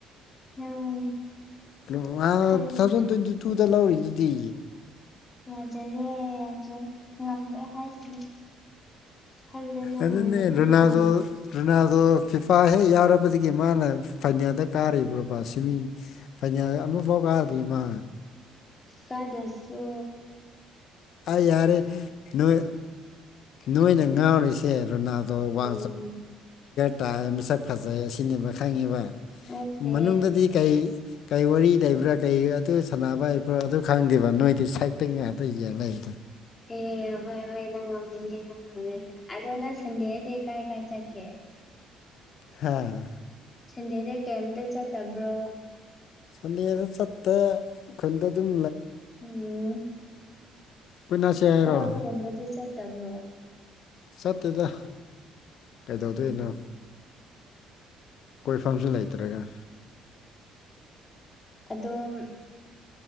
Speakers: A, on the left; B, on the left.
A: ꯅꯪ
B: <unintelligible>
A: ꯈꯜꯂꯨ
B: ꯇꯨꯊꯥꯎꯖꯟ ꯇ꯭ꯋꯦꯟꯇꯤ ꯇꯨꯗ ꯂꯧꯔꯤꯗꯨꯗꯤ
A: ꯌꯥꯖꯔꯦ ꯌꯥꯖꯔꯦ ꯉꯝꯔꯣꯏ ꯍꯥꯏꯁꯤꯅꯤ ꯈꯜꯂꯅ
B: ꯑꯗꯨꯅꯦ
A: ꯉꯝꯒꯅꯤ
B: ꯔꯣꯅꯥꯜꯗꯣ
A: ꯍꯥꯏꯅꯗꯤ
B: ꯔꯣꯅꯥꯜꯗꯣ ꯐꯤ ꯐꯥ ꯍꯦꯛ ꯌꯥꯎꯔꯛꯄꯗꯒꯤ ꯃꯥꯅ ꯐꯥꯏꯅꯦꯜꯗ ꯀꯥꯔꯤꯕ꯭ꯔꯣꯕ ꯁꯤꯃꯤ ꯐꯥꯏꯅꯦꯜ ꯑꯥ ꯑꯃꯨꯐꯥꯎ ꯀꯥꯗ꯭ꯔꯤ ꯃꯥ
A: ꯀꯥꯗꯁꯨ
B: ꯑꯩ ꯌꯥꯔꯦ ꯅꯣꯏ ꯅꯣꯏꯅ ꯉꯥꯎꯔꯤꯁꯦ ꯔꯣꯅꯥꯜꯗꯣ ꯋꯥ
A: ꯎꯝ
B: ꯇꯥꯏꯝꯁ ꯁꯛ ꯐꯖꯩ ꯑꯁꯤꯅꯤꯕ ꯈꯪꯉꯤꯕ
A: ꯅꯠꯇꯦ
B: ꯃꯅꯨꯡꯗꯗꯤ ꯀꯩ ꯀꯩ ꯋꯥꯔꯤ ꯂꯩꯕ꯭ꯔꯥ ꯀꯩ ꯑꯗꯨ ꯁꯥꯟꯅꯕ ꯍꯩꯕ꯭ꯔ ꯑꯗꯨ ꯈꯪꯗꯦꯕ ꯅꯣꯏꯗꯤ ꯁꯛꯇ ꯉꯥꯛꯇ ꯌꯦꯡ ꯂꯩ
A: ꯍꯦ ꯍꯣꯏ ꯍꯣꯏ ꯅꯪ ꯉꯝꯃꯦꯅꯦ ꯅꯪ ꯉꯝꯃꯦꯅꯦ ꯑꯗꯣ ꯅꯪ ꯁꯟꯗꯦꯗꯤ ꯀꯥꯏ ꯀꯥꯏ ꯆꯠ ꯀꯦ
B: ꯍꯥꯥ
A: ꯁꯟꯗꯦꯗ ꯀꯩꯝꯇ ꯆꯠꯇꯕ꯭ꯔꯣ
B: ꯁꯟꯗꯦꯗ ꯆꯠꯇꯦ ꯈꯨꯟꯗ ꯗꯨꯝ
A: ꯎꯝ
B: ꯀꯣꯏꯅꯁꯦ ꯍꯥꯏꯔꯣ
A: ꯀꯣꯏꯕꯒꯨꯝꯕꯗꯤ ꯆꯠꯇꯕ꯭ꯔꯣ
B: ꯆꯠꯇꯦꯗ ꯀꯩꯗꯧꯗꯣꯏꯅꯣ
A: ꯎꯝ
B: ꯀꯣꯏꯐꯝꯁꯨ ꯂꯩꯇ꯭ꯔꯒ
A: ꯑꯗꯣꯝ